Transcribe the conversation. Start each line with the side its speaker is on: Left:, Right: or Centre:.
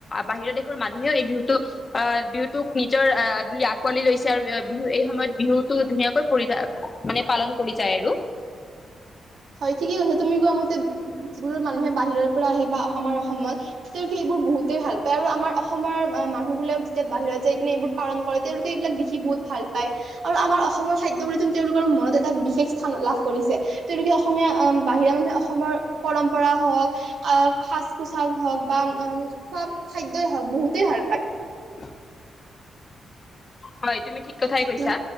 Left: বাহিৰৰ দেশৰ মানুহে এই বিহুতটো আহ বিহুটোক নিজৰ আহ বুলি আঁকোৱালি লৈছে আৰু বিহু এই সময়ত বিহুতটো ধুনীয়াকৈ পৰিধ মানে পালন কৰি যায় আৰু।
Right: হয় ঠিকেই কৈছে তুমি কোৱা মতে যিবোৰ মানুহে বাহিৰৰ পৰা আহে বা আমাৰ অসমত তেওঁলোকে এইবোৰ বহুতেই ভাল পায় আৰু আমাৰ অসমৰ মানুহ বোলে যেতিয়া বাহিৰত যাই পিনে এইবোৰ পালন কৰে তেওঁলোকে এইবিলাক দেখি বহুত ভাল পায় আৰু আমাৰ অসমৰ খাদ্য তেওঁলোকৰ মনত এটা বিশেষ স্থান লাভ কৰিছে। তেওঁলোকে অসমীয়া বাহিৰা মানুহে অসমৰ পৰম্পৰা হওঁক আহ সাজ পোছাক হওঁক বা উ খোৱা। খাদ্যই হওক বহুতেই ভাল পায়।
Left: <unintelligible> হয় তুমি ঠিকে, কথাই কৈছা
Right: নহয়